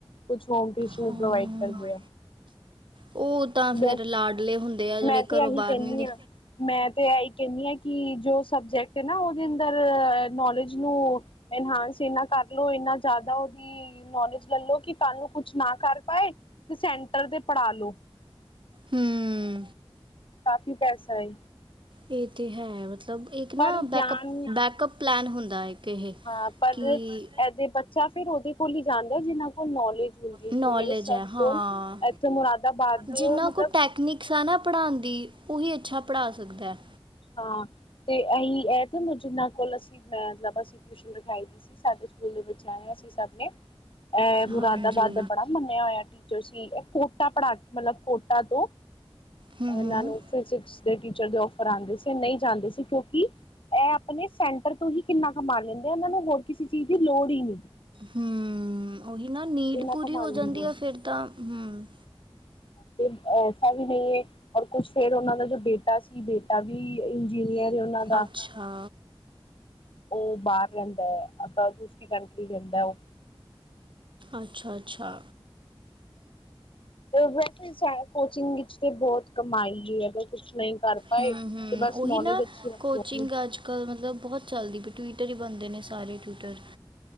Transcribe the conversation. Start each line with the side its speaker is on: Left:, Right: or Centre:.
Left: ਕੁਛ ਹੋਮ ਟਿਊਸ਼ਨ
Right: ਹਾਂ
Left: ਵੀ ਪ੍ਰੋਵਾਈਡ ਕਰਦੇ ਆ
Right: ਉਹ ਤਾਂ ਫਿਰ
Left: ਬਸ
Right: ਲਾਡਲੇ ਹੁੰਦੇ ਆ ਜਿਹੜੇ
Left: ਮੈਂ ਤੇ
Right: ਘਰੋਂ
Left: ਇਹੀ
Right: ਬਾਹਰ
Left: ਕਹਿੰਦੀ
Right: ਨਹੀਂ ਦੇ
Left: ਹਾਂ ਮੈਂ ਤੇ ਇਹੀ ਕਹਿੰਦੀ ਹਾਂ ਕਿ ਜੋ ਸਬਜੈਕਟ ਨਾ ਉਹਦੇ ਅੰਦਰ ਨੌਲੇਜ ਨੂੰ ਇਨਹਾਂਸ ਇਹਨਾਂ ਕਰ ਲ ਇਨਾ ਜ਼ਿਆਦਾ ਉਹਦੀ ਨੌਲੇਜ ਲੈਲੋ ਕਿ ਤੁਹਾਨੂੰ ਕੁਛ ਨਾ ਕਰ ਪਾਏ ਤੇ ਸੈਂਟਰ ਤੇ ਪੜ੍ਹਾ ਲੋ
Right: ਹਮ
Left: ਕਾਫੀ ਪੈਸਾ ਹੈ
Right: ਇਹ ਤੇ ਹੈ ਮਤਲਬ ਮਤਲਬ ਇੱਕ ਨਾ
Left: ਪਰ
Right: ਬੈਕਅਪ
Left: ਗਿਆਨ
Right: ਬੈਕਅਪ ਪਲੈਨ ਹੁੰਦਾ ਹੈ ਕਿ ਇਹ
Left: ਹਾਂ ਪਰ
Right: ਕਿ
Left: ਇਹਦੇ ਬੱਚਾ ਫਿਰ ਉਹਦੇ ਕੋਲ ਹੀ ਜਾਂਦਾ ਜਿਨਾਂ ਕੋਲ ਨੌਲੇਜ ਹੁੰਦੀ ਹੈ
Right: ਨੋਲੇਜ
Left: ਜਿਵੇਂ ਮੇਰੇ ਸਰ
Right: ਹੈ ਹਾਂ
Left: ਕੋਲ ਇੱਥੇ ਮੁਰਾਦਾਬਾਦ ਦੇ
Right: ਜਿੰਨਾ
Left: ਉਹ ਮਤਲਬ
Right: ਕੁ ਟੈਕਨਿਕਸ ਆ ਨਾ ਪੜ੍ਹਉਣ ਦੀ ਉਹੀ ਅੱਛਾ ਪੜ੍ਹਾ ਸਕਦਾ ਹੈ
Left: ਹਾਂ ਤੇ ਅਸੀਂ ਇਹ ਤੇ ਜਿਨਾਂ ਕੋਲ ਅਸੀਂ ਮਤਲਬ ਅਸੀਂ ਟਿਊਸ਼ਨ ਲਖਾਈ ਦੀ ਸੀ ਸਾਡੇ ਸਕੂਲ ਦੇ ਵਿੱਚ ਆਏ ਅਸੀਂ ਸਭ ਨੇ ਇਹ ਮੁਰਾਦਾਬਾਦ
Right: ਹਾਂਜੀ
Left: ਦਾ ਬੜਾ ਮੰਨਿਆ ਹੋਇਆ ਟੀਚਰ ਸੀ ਇਹ ਕੋਟਾ ਪੜ੍ਹਾ ਮਤਲਬ ਕੋਟਾ ਤੋਂ
Right: ਹੂੰ
Left: ਇਹਨਾਂ
Right: ਹੂੰ
Left: ਨੂੰ ਫਿਜਿਕਸ ਦੇ ਟੀਚਰ ਦੇ ਪੜ੍ਹਦੇ ਸੀ ਨਹੀਂ ਜਾਂਦੇ ਸੀ ਕਿਉਂਕਿ ਇਹ ਆਪਣੇ ਸੈਂਟਰ ਪਰ ਤੁਹੀ ਕਿੰਨਾ ਕਮਾ ਲੈਂਦੇ ਆ ਇਹਨਾਂ ਨੂੰ ਹੋਰ ਕਿਸੇ ਚੀਜ਼ ਦੀ ਲੋੜ ਹੀ ਨਹੀਂ
Right: ਹੂੰ ਉਹੀ ਨਾ ਨੀਡ
Left: ਇੰਨਾ
Right: ਪੂਰੀ
Left: ਕਮਾ
Right: ਹੋ
Left: ਲੈਂਦੇ
Right: ਜਾਂਦੀ ਆ ਫਿਰ ਤਾਂ ਹਮ
Left: ਤੇ ਐਸਾ ਵੀ ਨਹੀਂ ਹੈ, ਔਰ ਕੁਛ ਫੇਰ, ਉਨਾਂ ਦਾ ਜੋ ਬੇਟਾ ਸੀ ਬੇ ਤਾ ਵੀ ਇੰਜੀਨੀਅਰ ਉਹਨਾਂ ਦਾ
Right: ਅੱਛਾ
Left: ਓ ਬਾਹਰ ਰਹਿੰਦਾ ਐ, ਆਪਾਂ ਦੂਸਰੀ ਕੰਟਰੀ ਰਹਿੰਦਾ ਓ।
Right: ਅੱਛਾ ਅੱਛਾ।
Left: ਵੈਸੇ ਕੋਚਿੰਗ ਵਿੱਚ ਤੇ ਬਹੁਤ ਕਮਾਈ ਅਗਰ ਕੁਛ ਨਹੀਂ। ਕਰ ਪਾਏ
Right: ਹੂ ਹੂ
Left: ਤੇ ਬਸ
Right: ਉਹੀ
Left: ਨੌਲੇਜ
Right: ਨਾ
Left: ਅੱਛੀ ਰੱਖੋ
Right: ਕੋਚਿੰਗ
Left: ਆਪਣੀ
Right: ਅੱਜ ਕਲ ਮਤਲਬ। ਬਹੁਤ ਚੱਲਦੀ ਵੀ ਟਵਿਟਰ ਹੀ ਬਣਦੇ ਨੇ ਸਾਰੇ ਟਵਿੱਟਰ।